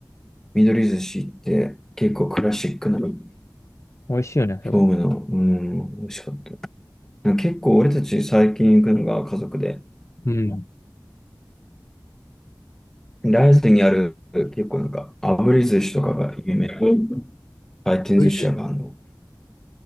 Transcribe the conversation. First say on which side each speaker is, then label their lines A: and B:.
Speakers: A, in the centre; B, on the left.
A: 緑寿司行って、結構クラシックなフ
B: 美味しいよね、そこ。
A: ォームの、うん、美味しかった。なんか結構俺たち最近行くのが家族で、
B: うん。
A: ライズにある結構なんか炙り寿司とかが有名な回転寿司屋があるの。
B: 美味しい